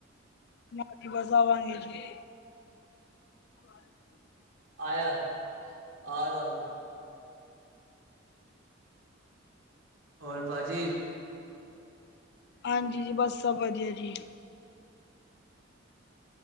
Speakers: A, on the left; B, on the right.
A: ਨਾ ਜੀ ਬਸ ਆਵਾਂਗੇ ਜੀ। <inaudible>
B: ਆਇਆ, ਆ ਰਹਾ ਹੂੰ। ਹੋਰ ਭਾਜੀ
A: ਹਾਂਜੀ ਜੀ ਬਸ ਸਭ ਵਧੀਆ ਜੀ।